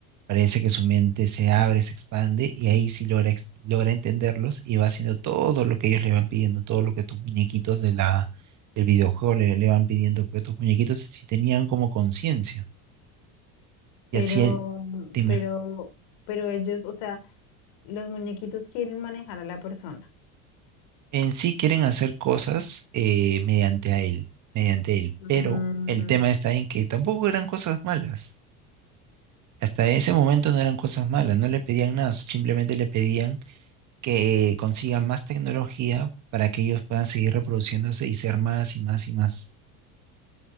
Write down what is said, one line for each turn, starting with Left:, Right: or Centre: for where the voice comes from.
Right: Parece que su mente se abre, se expande y ahí sí logra, ex- logra entenderlos y va haciendo todo lo que ellos le van pidiendo, todo lo que tus muñequitos de la, del videojuego le, le van pidiendo, porque tus muñequitos sí tenían como conciencia.
Left: Pero,
Right: Y así él, dime,
Left: pero, pero ellos, o sea, los muñequitos quieren manejar a la persona.
Right: en sí quieren hacer cosas eh, mediante a él, mediante él,
Left: Mm,
Right: pero el tema está en que tampoco eran cosas malas. Hasta ese momento no eran cosas malas, no le pedían nada, simplemente le pedían que consigan más tecnología para que ellos puedan seguir reproduciéndose y ser más y más y más.